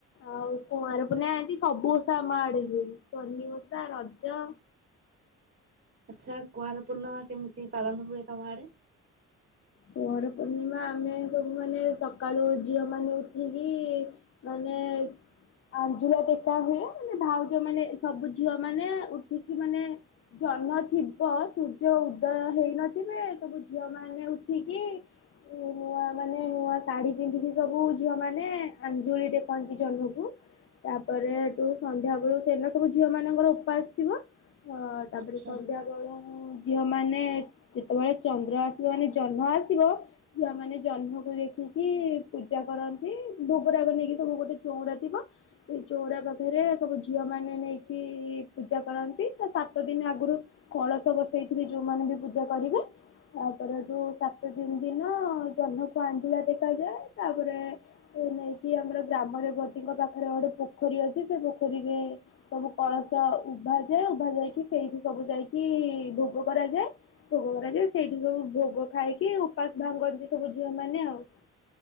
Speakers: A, on the left; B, on the right.
A: ଆଉ କୁଆଁର ପୁନେଇ ଆଦି ସବୁ ଓଷା ଆମ ଆଡ଼େ ହୁଏ। ସନି ଓଷା ରଜ
B: ଆଚ୍ଛା କୁଆଁର ପୂର୍ଣ୍ଣମା କେମିତି ପାଳନ ହୁଏ ତମ ଆଡ଼େ?
A: କୁଆଁର ପୂର୍ଣ୍ଣିମା ଆମେ ସବୁ ମାନେ ସକାଳୁ ଝିଅମାନେ ଉଠିକି ମାନେ ଆଞ୍ଜୁଳା ଟେକା ହୁଏ ମାନେ ଭାଉଜମାନେ ସବୁ ଝିଅମାନେ ଉଠିକି ମାନେ ଜହ୍ନ ଥିବ ସୂର୍ଯ୍ୟ ଉଦୟ ହେଇନଥିବେ ସବୁ ଝିଅମାନେ ଉ ଉଠିକି ନୂଆ ମାନେ ନୂଆ ଶାଢୀ ପିନ୍ଧିକି ସବୁ ଝିଅମାନେ ଆଞ୍ଜୁଳି ଟେକନ୍ତି ଜହ୍ନକୁ ତାପରେ ହେଠୁ ସନ୍ଧ୍ୟା ବେଳୁ ସେ ଦିନ ସବୁ ଝିଅମାନଙ୍କର ଓପାସ ଥିବ ହଁ ତାପରେ
B: ଆଚ୍ଛା।
A: ସନ୍ଧ୍ୟା ବେଳ ଉଁ ଝିଅମାନେ ଯେତବେଳେ ଚନ୍ଦ୍ର ଆସିବ ଆନେ ଜହ୍ନ ଆସିବ ଯୁଆମାନେ ଜହ୍ନକୁ ଦେଖିକି ପୂଜା କରନ୍ତି ଭୋଗରାଗ ନେଇକି ସବୁ ଗୋଟେ ଚୋଉଁରା ଥିବ ସେଇ ଚୋଉଁରା ପାଖରେ ସବୁ ଝିଅମାନେ ନେଇକି ପୂଜା କରନ୍ତି ତା ସାତ ଦିନି ଆଗୁରୁ କଳସ ବସେଇଥିବେ ଯୋଉମାନେ ବି ପୂଜା କରିବେ। ତାପରେ ରୁ ସାତ ଦିନି ଦିନ ଜହ୍ନକୁ ଆଞ୍ଜୁଳା ଟେକାଯାଏ ତାପରେ ନେଇକି ଆମର ଗ୍ରାମ ଦେବତୀଙ୍କ ପାଖରେ ଗୋଟେ ପୋଖରୀ ଅଛି ସେ ପୋଖରୀରେ ସବୁ କଳସ ଉଭାଯାଏ ଉଭା ଯାଇକି ସେଇଠି ସବୁ ଯାଇକି ଭୋଗ କରାଯାଏ ଭୋଗ କରାଯାଏ ସେଇଠି ସବୁ ଭୋଗ ଖାଇକି ଉପାସ ଭାଙ୍ଗନ୍ତି ସବୁ ଝିଅମାନେ ଆଉ।